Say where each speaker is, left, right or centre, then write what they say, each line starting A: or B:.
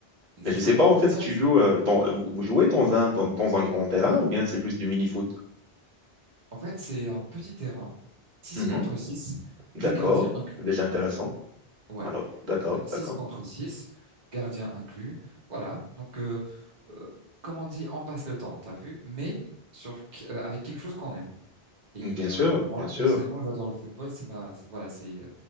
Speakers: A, on the right; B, on the right.
A: et
B: Mais
A: c'est
B: je
A: ça.
B: sais pas en
A: Mais
B: fait
A: en fait,
B: si tu joues euh, dans vous vous jouez dans un dans, dans un grand terrain ou bien c'est juste du mini-foot.
A: en fait, c'est un petit terrain, six
B: Mhm.
A: contre 6,
B: D'accord,
A: le gardien inclus.
B: déjà intéressant.
A: Ouais,
B: Alors, d'accord,
A: donc 6
B: d'accord.
A: contre 6, gardien inclus. Voilà, donc euh, euh, comme on dit, on passe le temps, t'as vu? Mais sur euh, avec quelque chose qu'on aime. Et
B: Mm, Bien
A: euh,
B: sûr,
A: moi,
B: bien sûr.
A: personnellement, j'adore le football. C'est ma, c'est- voilà, c'est, euh,